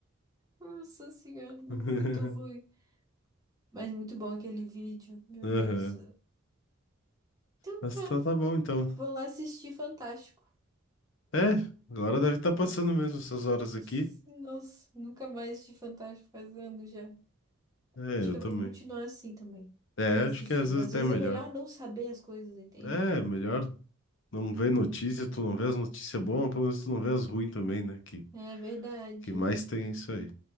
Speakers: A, on the right; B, on the left.
A: Nossa senhora, nome
B: <laughs>
A: muito ruim. Mas muito bom aquele vídeo, meu
B: Aham.
A: Deus. Então
B: Mas
A: tá,
B: tá, tá bom então.
A: Vou lá assistir Fantástico.
B: É, agora deve estar passando mesmo essas horas aqui.
A: Ps, Nossa, nunca mais assisti Fantástico faz anos já.
B: É,
A: Acho
B: eu
A: que
B: também.
A: eu vou continuar assim também,
B: É,
A: sem
B: acho
A: assistir.
B: que às vezes
A: Às
B: até
A: vezes
B: é melhor.
A: é melhor não saber as coisas, entende?
B: É, melhor não ver notícia, tu não vê as notícias boas, pelo menos tu não vê as ruins também, né? Que,
A: É verdade.
B: que mais tem é isso aí.